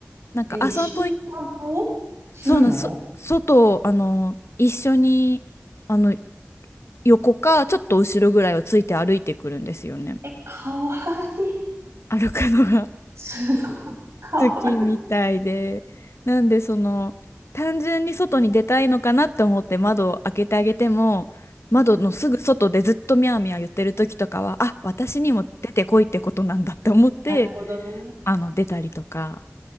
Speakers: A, on the left; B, on the right.
A: なんか、
B: え、
A: あ、
B: 一緒にお散歩するの
A: 散歩行そうなん、そ、外、あの、一緒に、あの、横か、ちょっと後ろぐらいをついて歩いてくるんですよね。
B: え、かわいい。
A: 歩くのが
B: すごい、
A: <laughs>
B: かわい
A: 好きみたいで。なんで、その、単純に外に出たいのかなって思って窓を開けてあげても、窓のすぐ外でずっとミャーミャー言ってる時とかは、
B: い。うん。
A: あ、私にも出てこいってことなんだって思って、
B: なるほどね。
A: あの、出たりとか